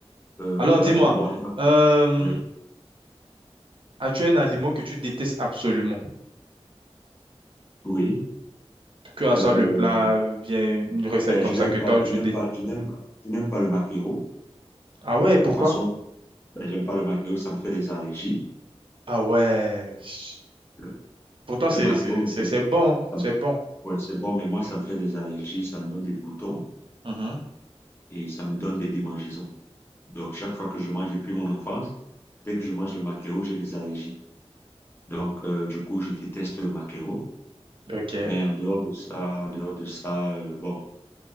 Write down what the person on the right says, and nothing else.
Alors,
dis-moi,
euh,
as-tu un aliment que tu détestes absolument?
Que ce soit
le plat, euh, bien une recette
comme
ça que
toi,
tu
détestes.
Ah ouais, pourquoi?
Ah ouais. chut.
Pourtant,
c'est
c'est-
c'est-
c'est bon. hein,
C'est
bon.
Mhm.
Ok.